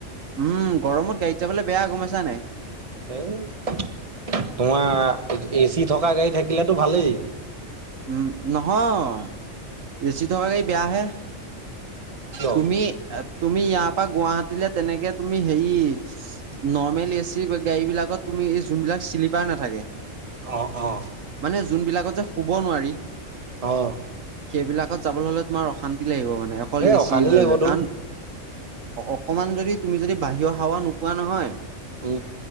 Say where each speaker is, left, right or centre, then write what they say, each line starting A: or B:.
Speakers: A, on the right; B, on the right.
A: উম গৰমত গাড়ীত যাবলৈ বেয়া গম পাইছা নাই
B: এ তোমাৰ এচি থকা গাড়ী থাকিলেতো ভালেই
A: উম নহয় এ চি থকা গাড়ী বেয়াহে
B: কিয়
A: তুমি তুমি ইয়াৰ পৰা গুৱাহাটীলে তেনেকে তুমি হেৰি নৰ্মেলি গাড়ী বিলাকত তুমি এই যোনবিলাক শ্লিপাৰ নাথাকে
B: অ অ
A: মানে যোনবিলাকত যে শুব নোৱাৰি
B: অ
A: সেইবিলাকত যাবলৈ হ'লে তোমাৰ অশান্তি লাগিব মানে অকল এ
B: অশান্তি
A: চি লৈ
B: লাগিবতো
A: লৈ কাৰণ অকমান যদি তুমি যদি বাহিৰৰ হাৱা নোপোৱা নহয়
B: অ